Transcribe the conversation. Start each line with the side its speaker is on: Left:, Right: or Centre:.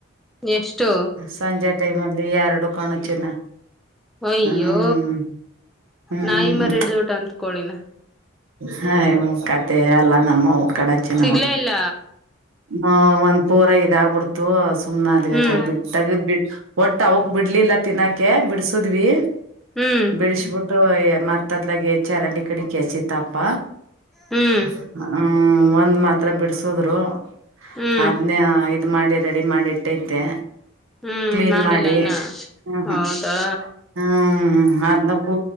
Centre: ಎಷ್ಟು
Right: ಸಂಜೆ ಟೈಮ್ಲ್ಲಿ ಎರಡು ಕಾಣೋ ಚಿನ್ನ
Centre: ಅಯ್ಯೋ
Right: ಹ್ಮ್ ಹ್ಮ್
Centre: ನಾಯಿ ಮರಿ ಹಿಡ್ದಬಿಟ್ಟ ಅಂತ ಕೋಳಿನ
Right: ಹಾ ಓ ಕ ಹೇ ಅಲ್ಲ ನಮ್ಮವು ಕಡ ಚಿನ್ನಮ್ಮ
Centre: ಸಿಗ್ಲೇ ಇಲ್ಲ
Right: ಆವ ಒಂದ್ ಪೂರ ಇದಾಗ್ಬಿಡ್ತು ಸುಮ್ನ ಅದ್ವಿತ್ಲ
Centre: ಹ್ಮ್
Right: ಬಿಟ್ಟಾಗ ಬಿ ಒಟ್ಟ ಅವಕ್ ಬಿಡ್ಲಿಲ್ಲ ತಿನ್ನಾಕೆ ಬಿಡ್ಸುದ್ವಿ
Centre: ಹ್ಮ್
Right: ಬಿಡಿಸಬಿಟ್ಟು ಮತ್ದ್ಲಗ ಚರಂಡಿ ಕಡೆ ಕೆಸಿತಪ್ಪ
Centre: ಹ್ಮ್
Right: <inaudible> ಹ್ಮ ಒಂದ್ ಮಾತ್ರ ಬಿಡ್ಸುದ್ರು
Centre: ಹ್ಮ್
Right: ಅದ್ನೇ ಇದ್ ಮಾಡಿ ರೆಡಿ ಮಾಡಿ ಇಟ್ಟೈತೆ
Centre: ಹ್ಮ್
Right: ಕ್ಲೀನ್
Centre: ಮಾಡಿಲ್ಲ
Right: ಮಾಡಿ
Centre: ಇನ್ನ
Right: ಹ್ಮ
Centre: ಹೌದಾ
Right: ಹ್ಮ್ ಅದನ್ನ ಕೂ